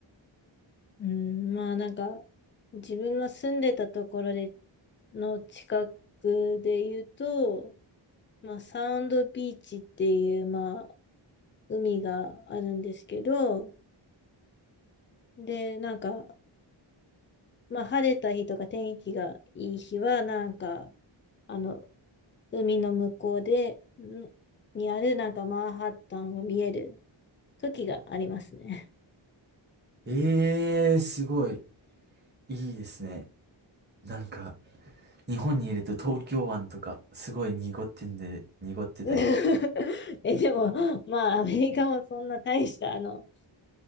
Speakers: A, on the left; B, on the right.
A: うん、まあなんか、自分の住んでたところでの近くで言うと、まあサウンドビーチっていう、まあ海があるんですけど、で、なんか、まあ晴れた日とか天気がいい日は、なんか、あの、海の向こうで、んにあるなんかマンハッタンが見える時がありますね。
B: ええー、すごい、いいですね。なんか、日本にいると東京湾とか、すごい濁ってんで、濁ってたり。
A: <laughs> え、でも、まあ、アメリカもそんな大した、あの、